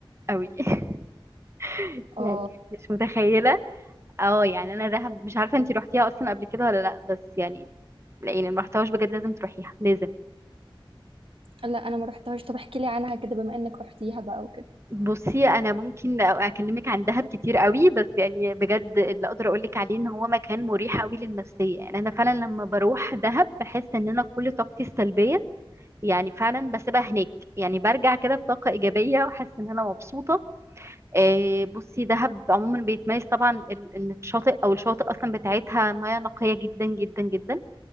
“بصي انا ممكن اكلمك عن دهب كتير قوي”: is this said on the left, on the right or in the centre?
Right